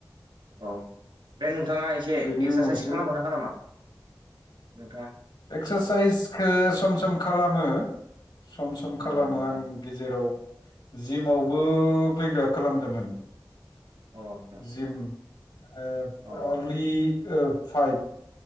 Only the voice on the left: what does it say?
बेनि
उनावसो
एक्सारसाइसखो सम सम खालामो सम सम खालामो
आं गेजेराव जिमावबो फैग्रा खालामदोमोन
जिम ओ
आरलि ओ फाइभ